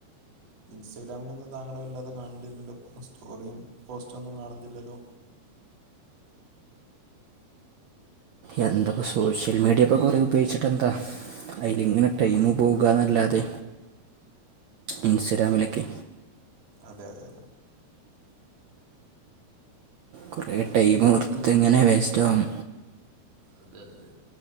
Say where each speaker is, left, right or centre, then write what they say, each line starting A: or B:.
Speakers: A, on the right (about 40°); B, on the right (about 75°).
A: ഇൻസ്റ്റാഗ്രാിലൊന്നും താങ്കളെ വല്ലാതെ കാണുന്നില്ലല്ലോ ഇപ്പോ സ്റ്റോറിയും പോസ്റ്റൊന്നും കാണുന്നില്ലല്ലോ
B: എന്ത ഇപ്പോൾ സോഷ്യൽ മീഡിയ ഇപ്പോൾ കുറേ ഉപയോഗിച്ചിട്ട് എന്താ അതിൽ ഇങ്ങനെ ടൈമ പോവന്നല്ലാതെ ഇൻസ്റ്റഗ്രാമിലൊക്കെ
A: അതെ അതെ
B: കുറേ
A: ഇപ്പൊ
B: ടൈം
A: എനിക്ക്
B: വെറുതെ
A: തോന്നുന്നു
B: ഇങ്ങനെ വേസ്റ്റാക്കും
A: അതെ അതെ